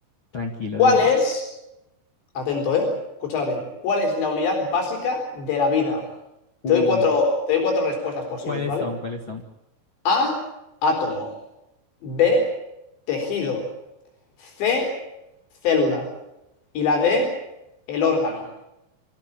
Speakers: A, on the left; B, on the left.
A: Tranquilo,
B: ¿Cuál
A: dime.
B: es? Atento, ¿eh? Escúchala bien. ¿Cuál es la unidad básica de la vida? Te
A: Uy,
B: doy cuatro, te doy cuatro respuestas posibles,
A: ¿cuáles
B: ¿vale?
A: son? ¿Cuáles son?
B: A, átomo. B, tejido. C, célula. Y la D, el órgano.